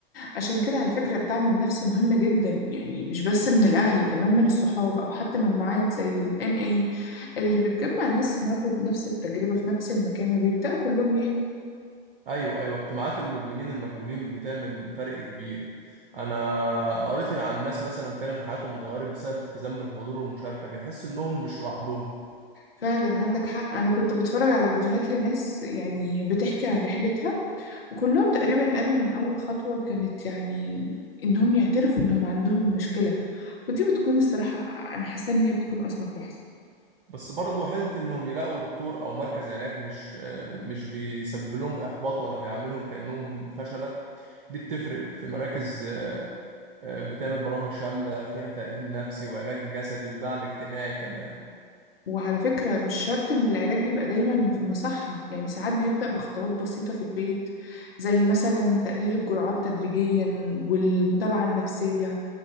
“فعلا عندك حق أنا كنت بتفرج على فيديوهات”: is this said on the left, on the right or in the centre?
Left